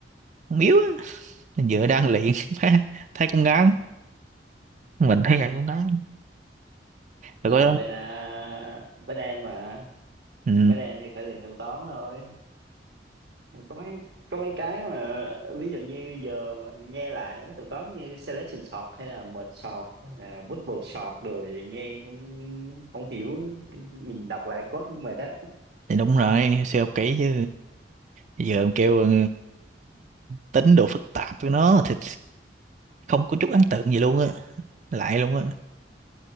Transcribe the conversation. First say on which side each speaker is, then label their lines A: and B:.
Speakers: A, on the right; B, on the right.
A: ổng yếu á Giữa đang luyện <laughs> má, thấy cũng ngán mình thấy vậy cũng ngán
B: làm
A: rồi có
B: bên à, bên em mà
A: ừ,
B: bên em thì phải luyện thuật toán thôi có mấy có mấy cái mà ví dụ như giờ mà nghe lại mấy thuật toán như selection sort hay là merge sort hay là bubble sort rồi nghe cũng không hiểu nhìn đọc lại code cũng mệt á
A: thì đúng rồi siêu học kỹ chứ giờ em kêu ừ, tính độ phức tạp với nó thì không có chút ấn tượng gì luôn á lại luôn á